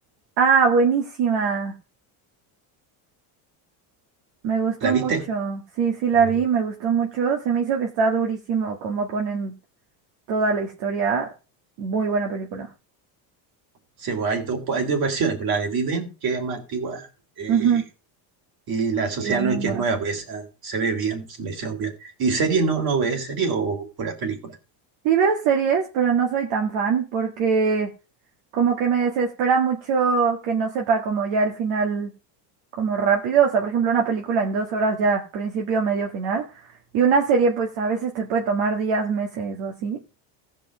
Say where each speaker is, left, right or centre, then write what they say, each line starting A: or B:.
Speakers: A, on the right; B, on the right.
A: Ah, buenísima. Me gustó
B: ¿La
A: mucho.
B: viste?
A: Sí, sí la
B: Eh,
A: vi, me gustó mucho. Se me hizo que está durísimo como ponen toda la historia. Muy buena película.
B: sí, bueno, hay dos, pues, hay dos versiones, pero la de Viven, que es más antigua, eh,
A: Ujú,
B: y La Sociedad
A: Y la
B: de
A: nueva.
B: la Nieve, que es nueva, pues esa se ve bien, se la hicieron bien. ¿Y series no, no ves series o puras películas?
A: Sí veo series, pero no soy tan fan porque como que me desespera mucho que no sepa como ya el final como rápido. O sea, por ejemplo, una película en dos horas ya, principio, medio, final. Y una serie pues a veces te puede tomar días, meses o así.